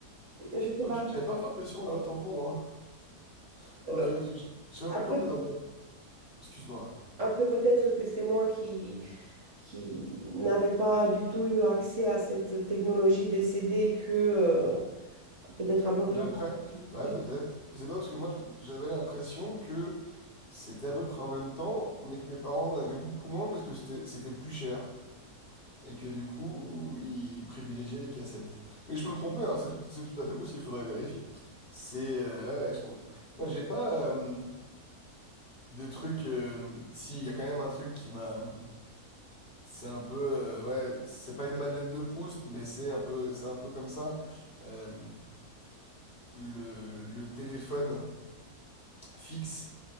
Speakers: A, on the right; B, on the left.
A: je sais
B: ok,
A: pas.
B: j'avais pas trop l'impression là, autant pour moi.
A: Euh,
B: Ok, parce que je je sais pas
A: après,
B: pourquoi, mais dans mon. Excuse-moi.
A: après peut-être que c'est moi qui qui n'avaient pas du tout eu accès à cette technologie des CD que euh, peut-être un peu plus
B: Et après,
A: tard,
B: ouais,
A: juste
B: peut-être. Je sais pas, parce que moi, j'avais l'impression que c'était à peu près en même temps, mais que mes parents en avaient beaucoup moins parce que c'était c'était plus cher. Et que du coup, ils privilégiaient les cassettes. Mais je peux me tromper, hein, c'est tout, c'est tout à fait possible, il faudrait vérifier. C'est... euh, ouais, ouais, je comprends. Moi, j'ai pas euh, de truc... euh, si, il y a quand même un truc qui m'a... C'est un peu... euh, ouais, c'est pas une Madeleine de Proust, mais c'est un peu, c'est un peu comme ça. Euh, le, le téléphone fixe.